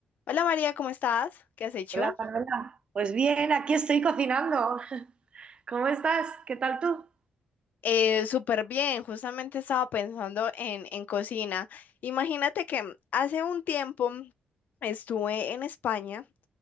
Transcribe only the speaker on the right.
Hola, Manuela. Pues bien, aquí estoy cocinando. <laughs> ¿Cómo estás? ¿Qué tal tú?